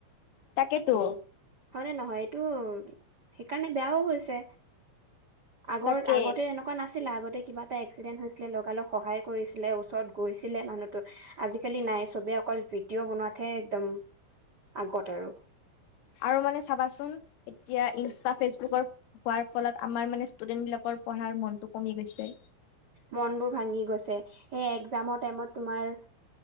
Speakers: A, on the left (about 90°); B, on the right (about 70°).
A: তাকেতো
B: হয়নে নহয় টো সেইকাৰণে বেয়াও হৈছে। আগৰ
A: তাকে
B: আগতে এনেকুৱা নাছিল আছিল আগতে কিবা এটা এক্সিডেণ্ট হৈছিলে লগাল লগ সহায় কৰিছিলে ওচৰত গৈছিলে মানুহটো আজিালি নাই চবেই অকল ভিডিঅ' বনোৱাত তে একদম আগত আৰু।
A: আৰু মানে চাবাচোন এতিয়া ইনষ্টা ফেচবুকৰ হোৱাৰ ফলত আমাৰ মানে ষ্টুডেন্ট বিলাকৰ পঢ়াৰ মনতটো কমি গৈছে।
B: মন বোৰ ভাঙি গৈছে, সেই এক্সামৰ টাইমত তোমাৰ